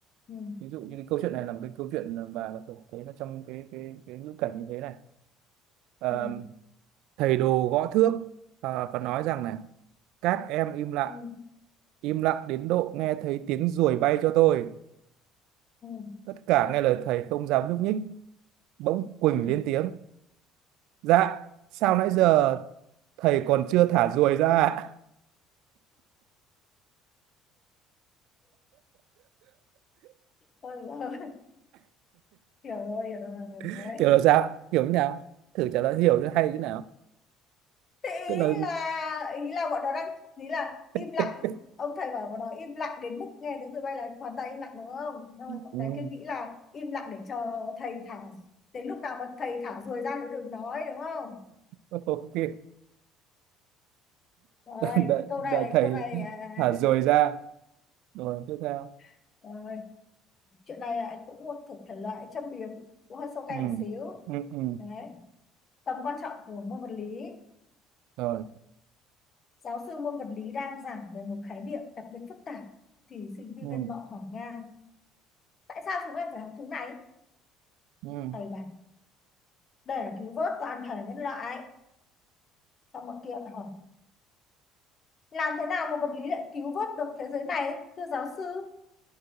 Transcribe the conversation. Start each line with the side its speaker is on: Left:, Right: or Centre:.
Left: ừ
Right: ví dụ như cái câu chuyện này là một cái câu chuyện mà tôi thấy là trong cái cái cái ngữ cảnh như thế này Ờ,
Left: ừ
Right: thầy đồ gõ thước ờ, và nói rằng này các em im lặng
Left: ừ
Right: im lặng đến độ nghe thấy tiếng ruồi bay cho tôi
Left: ừ
Right: tất cả nghe lời thầy không dám nhúc nhích bỗng Quỳnh
Left: ừ
Right: lên tiếng dạ sao nãy giờ thầy còn chưa thả ruồi ra ạ?"
Left: Ôi, ôi, hiểu rồi hiểu rồi hiểu
Right: <laughs>
Left: rồi
Right: hiểu là sao hiểu như nào thử trả lời hiểu cho hay như nào
Left: thế
Right: tức là
Left: ý là ý là bọn nó đang ý là im
Right: <laughs>
Left: lặng ông thầy bảo bọn nó im lặng đến mức nghe tiếng tụi bay là hoàn toàn im lặng đúng không xong
Right: ừ,
Left: rồi con bé kia nghĩ là im lặng để cho thầy thả đến lúc nào mà thầy thả ruồi ra thì đừng nói đúng không
Right: ok
Left: rồi
Right: đợi,
Left: câu
Right: đợi
Left: này
Right: thầy
Left: câu này à, à,
Right: thả ruồi ra rồi tiếp theo
Left: à. rồi chuyện này là anh cũng một thuộc thể loại châm biếm cũng hơi sâu cay
Right: ừ
Left: một xíu
Right: ừ ừ
Left: đấy tầm quan trọng của môn vật lý
Right: rồi
Left: giáo sư môn vật lý đang giảng về một khái niệm đặc biệt phức tạp thì sinh
Right: ừ
Left: viên nọ hỏi ngang tại sao chúng em phải học thứ này
Right: ừ
Left: thầy bảo để cứu vớt toàn thể nhân loại xong mọi kia lại hỏi làm thế nào mà vật lý lại cứu vớt được thế giới này thưa giáo sư